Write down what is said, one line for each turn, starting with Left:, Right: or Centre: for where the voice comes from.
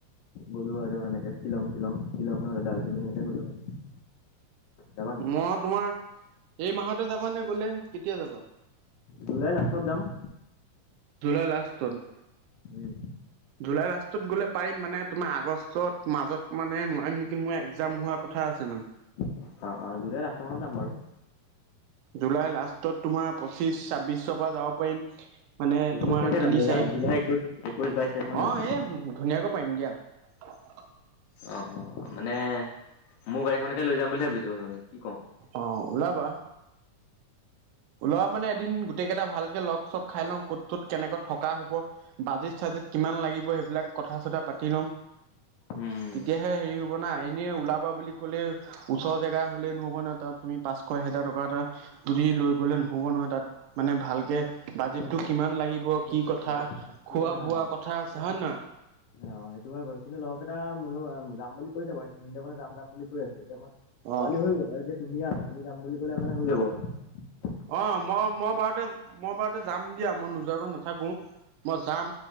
Left: গ'লো আৰু এনেকে শ্বিলং তিলং। শ্বিলং নহলে দাৰ্জিলিং লে গলোঁ হয়। যাবা নেকি
Right: মই তোমাৰ, এই মাহতে যাবা নে গলে, কেতিয়া যাবা?
Left: জুলাইৰ লাষ্টত যাম।
Right: জুলাইৰ লাষ্ট চোন।
Left: উম,
Right: জুলাই লাষ্টত গ'লে পাৰিম মানে তোমাৰ আগষ্টত মাজত মানে নোৱাৰিম নেকি! মই এক্জাম হোৱা কথা আছে মানে
Left: অ, অ, জুলাইৰ লাষ্ট মানত যাম বাৰু
Right: জুলাই লাষ্টত তোমাৰ পঁচিশ ছাব্বিশৰ পৰা যাব পাৰিম। মানে
Left: একৈশ
Right: তোমাৰ
Left: তাৰিখে
Right: তিনি
Left: যাম জুলাই
Right: চাৰিত,
Left: জুলাই একৈশ একৈশ বাইশ তাৰিখ মানে
Right: অ
Left: যাম
Right: এই ধুনীয়াকৈ পাৰিম দিয়া। <unintelligible>
Left: অ, অ, মানে মোৰ গাড়ীখনকে লৈ যাম বুলি ভাবিছো মানে কি কওঁ
Right: অ ওলাবা। অ মানে এদিন গোটেই কেইটা ভালকে লগ চগ খাই লওঁ ক'ত, ক'ত কেনেকৈ থকা হ'ব বাজেত চাজেত কিমান লাগিব সেইবিলাক কথা চথা পাতি ল'ম।
Left: উম
Right: তেতিয়াহে হেৰি হ'ব না এনে ওলাবা বুলি ক'লে ওচৰ জেগা হ'লেই নহ'ব নহয়, তাত তুমি পাঁচশ এহেজাৰ টকা এটা যদি লৈ গ'লে নহ'ব নহয় তাত মানে ভালকে বাজেটটো
Left: এতিয়া এতিয়া
Right: কিমান
Left: কথা-
Right: লাগিব
Left: কথা শুনি
Right: কি
Left: যাম
Right: কথা
Left: বাৰু মানে কি
Right: খোৱা
Left: জানা
Right: -বোৱা কথা আছে হয় নে নহয়।
Left: অ সেইটো হয় বাৰু কিন্তু লগৰকেইটা মল <unintelligible> যাম বুলি কৈছে বাৰু সেইিন্দে মনে যাম যাম বুলি কৈ আছে, এতিয়া মই
Right: নহয়
Left: পোৱালি হৈ গ'ল আৰু যে তুমিএ আচা তুমি যাম বুলি ক'লে মানে হৈ যাব আৰু
Right: অ মই -মই বাৰুতে মই বাৰুতে যাম দিয়া মই নোযোৱা কৈ নাথাকো মই যাম